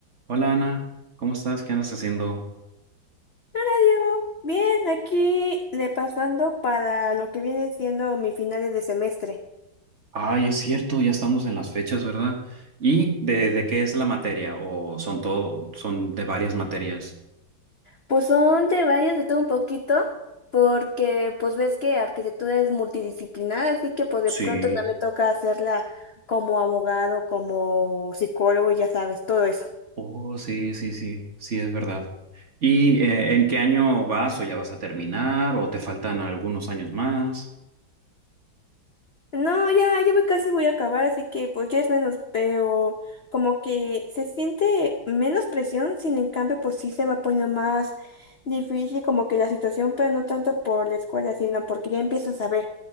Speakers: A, on the right; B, on the left.
A: Hola Ana, ¿cómo estás? ¿Qué andas haciendo?
B: Hola Diego, bien, aquí repasando para lo que viene siendo mis finales de semestre.
A: Ay, es cierto, ya estamos en las fechas, ¿verdad? ¿Y de, de qué es la materia? ¿O son todo, son de varias materias?
B: Pues son de varias de todo un poquito, porque pues ves que arquitectura es multidisciplinar, así que pues de pronto
A: Sí.
B: también toca hacerla como abogado, como psicólogo, y ya sabes, todo eso.
A: Oh, sí, sí, sí, sí, es verdad. ¿Y eh, en qué año vas o ya vas a terminar o te faltan algunos años más?
B: No, ya, ya voy casi voy a acabar, así que pues ya es menos, pero como que se siente menos presión, sin en cambio pues sí se va poniendo más difícil como que la situación, pero no tanto por la escuela, sino porque ya empiezas a ver